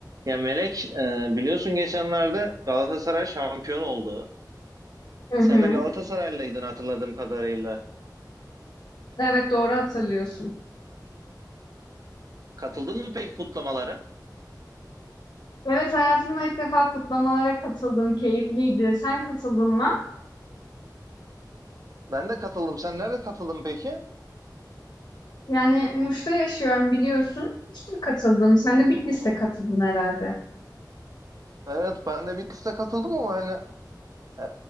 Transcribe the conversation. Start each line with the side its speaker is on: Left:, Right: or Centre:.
Right: Ya Melek, e, biliyorsun geçenlerde Galatasaray şampiyon oldu.
Left: Hı hı.
Right: Sen de Galatasaraylıydın hatırladığım kadarıyla.
Left: Evet doğru hatırlıyorsun.
Right: Katıldın mı peki kutlamalara?
Left: Evet hayatımda ilk defa kutlamalara katıldım. Keyifliydi. Sen katıldın mı?
Right: Ben de katıldım. Sen nerede katıldın peki?
Left: Yani Muş'ta yaşıyorum biliyorsun. Muş'ta katıldım. Sen de Bitlis'te
Right: Hı hı.
Left: katıldın herhalde.
Right: Evet, ben de Bitlis'te katıldım ama hani e,